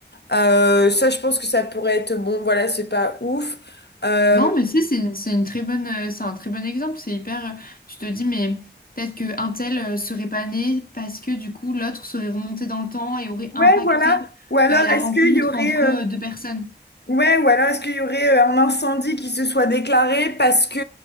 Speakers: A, on the left; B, on the left.
A: Euh, ça, je pense que ça pourrait être, bon, voilà, c'est pas ouf. Euh,
B: Non, mais c'est c'est une, c'est une très bonne, euh, c'est un très bon exemple. C'est hyper. euh, Tu te dis, mais peut-être qu'un tel euh, serait pas né parce que du coup, l'autre serait remonté dans le temps et aurait
A: ouais,
B: impacté
A: voilà. Ou alors,
B: euh, la
A: est-ce
B: rencontre
A: qu'il y aurait
B: entre
A: euh,
B: euh, deux personnes.
A: Ouais, ou alors est-ce qu'il y aurait euh, un incendie qui se soit déclaré parce que